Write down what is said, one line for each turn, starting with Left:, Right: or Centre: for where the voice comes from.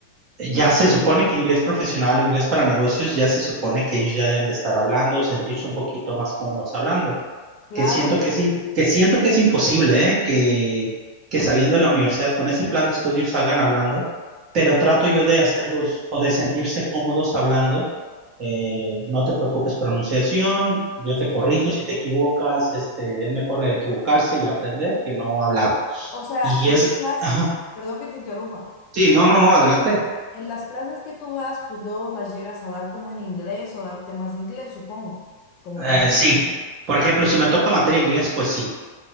Right: ya se supone que inglés profesional, inglés para negocios, ya se supone que ellos ya deben de estar hablando, sentirse un poquito más cómodos hablando
Left: claro.
Right: que siento que sí, que siento que es imposible, ¿eh? que, que saliendo de la universidad con ese plan de estudios salgan hablando, pero trato yo
Left: Ajá,
Right: de hacerlos o de sentirse cómodos hablando. Eh, no te preocupes pronunciación, yo
Left: Sí.
Right: te corrijo si te equivocas, este, es mejor equivocarse y aprender que no hablar.
Left: O sea,
Right: Y
Left: en
Right: es,
Left: tu clase,
Right: ajá,
Left: perdón que te interrumpa,
Right: sí, no, no, no, adelante.
Left: en las clases que tú das, pues luego las llegas a dar como en inglés o dar temas de inglés, supongo, como
Right: Eh,
Left: tú.
Right: sí, por ejemplo, si me toca materia inglés, pues sí,